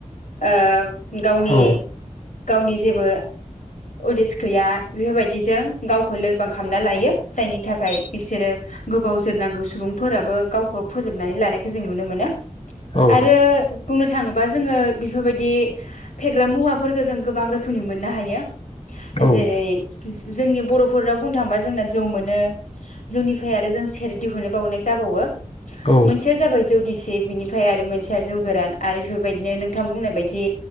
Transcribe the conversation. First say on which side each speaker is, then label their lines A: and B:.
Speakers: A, on the left; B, on the left.
A: अ गावनि
B: औ
A: गावनि जेबो उदिस गैया। बेफोरबायदिजों गावखौ लोरबां खालामना लायो जायनि थाखाय। बिसोरो गोबाव जोरनांगौ सुबुं फोराबो गावखौ फोजोबनानै लानायखौ जों नुनो मोनो।
B: औ
A: आरो बुंनो थाङोबा जोङो बेफोरबायदि फेग्रा मुवाफोरखौ जों गोबां रोखोमनि मोननो हायो।
B: औ
A: जेरै जोंनि बर' फुराव बुंनो थाङोब्ला जोंना। जौ मोनो। जोंनिफ्राय आरो जों सेर दिहुननो बावनाय जाबावो
B: औ
A: मोनसेया जाबाय जौगिसि। बिनिफ्राय आरो मोनसेया जौ गोरान आरो बेफोरबायदिनो नोंथां बुंनाय बायदि